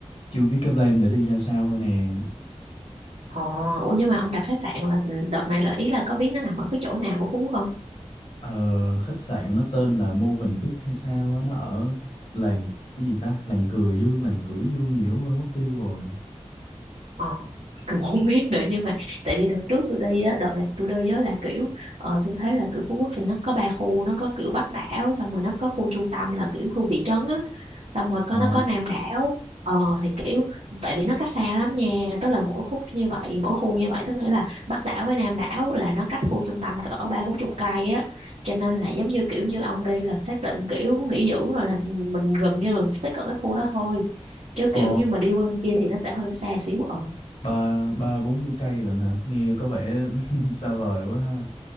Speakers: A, on the left; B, on the right.
A: chưa biết cái plan để đi ra sao thôi nè.
B: Ồ, ủa nhưng mà ông đặt khách sạn là đợt này là ý là có biết nó nằm ở cái chỗ nào của Phú Quốc không?
A: Ờ, khách sạn nó tên là Movenpick hay sao á, nó ở làng cái gì ta? Làng Cửa Dương, làng Cửa Dương gì đó quên mất tiêu rồi.
B: Ờ, cũng không biết nữa nhưng mà tại vì đợt trước tôi đi á đợt này tôi đi á là kiểu ờ, tôi thấy là kiểu Phú Quốc thì nó có ba khu nó có kiểu Bắc đảo xong rồi nó có khu trung tâm là kiểu khu thị trấn á xong rồi có
A: Ồ,
B: nó có Nam đảo ờ thì kiểu tại vì nó cách xa lắm nha tức là mỗi khúc như vậy mỗi khu như vậy tức nghĩa là Bắc đảo với Nam đảo là nó cách khu trung tâm cỡ ba bốn chục cây á cho nên là giống như kiểu như ông đi là xác định kiểu nghỉ dưỡng rồi là mình gần như là mình stick ở cái khu đó thôi chứ
A: ồ,
B: kiểu như mà đi qua bên kia thì nó sẽ hơi xa xíu ừ
A: ba ba bốn mươi cây lận hả? Nghe có vẻ <laughs> xa vời quá ha.